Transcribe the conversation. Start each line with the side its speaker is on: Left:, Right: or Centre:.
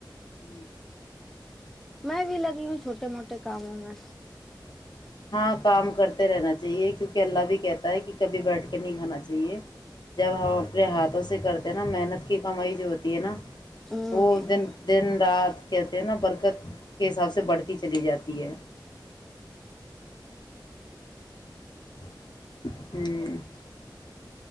Left: ہ
Centre: میں بھی لگی ہوں چھوٹے موٹے کاموں میں
Left: ہاں کام کرتے رہنا چاہیے کیونکہ اللہ بھی کہتا ہے کہ کبھی بیٹھ کے نہیں کھانا چاہیے جب ہم اپنے ہاتھوں سے کرتے نا محنت کی کمائی جو ہوتی ہے نا
Centre: ہوں
Left: وہ دن دن رات کہتے ہیں نا برکت کے حساب سے بڑھتی چلی جاتی ہے ٹھ